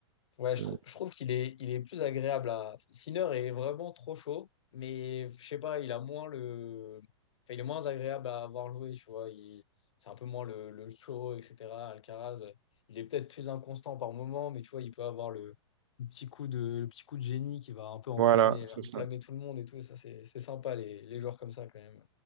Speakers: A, on the left (about 70°); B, on the right (about 65°).
A: Ouais, je, trou-
B: euh,
A: je trouve qu'il est, il est plus agréable à. Sinner est vraiment trop chaud, mais je sais pas, il a moins le. enfin, il est moins agréable à avoir joué, tu vois. Il... C'est un peu moins le, le show, etc. Alcaraz, euh, il est peut-être plus inconstant par moment, mais tu vois, il peut avoir le, le petit coup de, le petit coup de génie qui va un peu enflammer,
B: voilà, c'est
A: enflammer
B: ça.
A: tout le monde et tout. Ça, c'est, c'est sympa, les, les joueurs comme ça, quand même,